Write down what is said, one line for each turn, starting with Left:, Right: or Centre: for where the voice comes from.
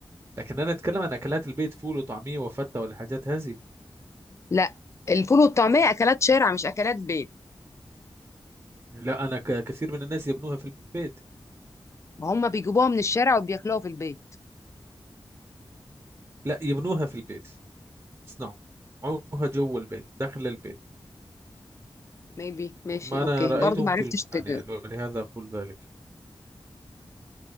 Right: لكن أنا أتكلم عن أكلات البيت فول وطعمية وفتة والحاجات هذه
Left: لا الفول والطعمية اكلات شارع مش اكلات بيت
Right: لا أنا ك- كثير من الناس يبنوها في البيت
Left: ما هم بيجيبوها من الشارع وبياكلوها في البيت
Right: لا يبنوها في البيت يصنعوها جوا البيت داخل البيت
Left: ميبي ماشي
Right: ما
Left: اوكي
Right: أنا رأيتهم
Left: برضو ما عرفتش
Right: في القرآن
Left: تجاوب
Right: يعني ولهذا أقول ذلك